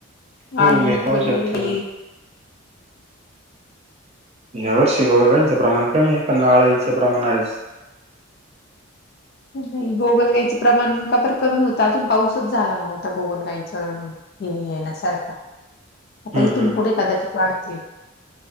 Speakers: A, on the right; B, on the left.
A: हो
B: अळी
A: या पावसात
B: गोगलगायी
A: या वर्षी गोगलगाईचं प्रमाण कमी आहे पण आळाईचं प्रमाण आहेच.
B: नाही गोगलगाईचं प्रमाण काबर कमी होतं अजून पाऊसच झाला नव्हता गोगलगाईचं हे येण्या सारखा आता
A: हम्म
B: इथून
A: हम्म
B: पुुठे कदाचित वाढतील.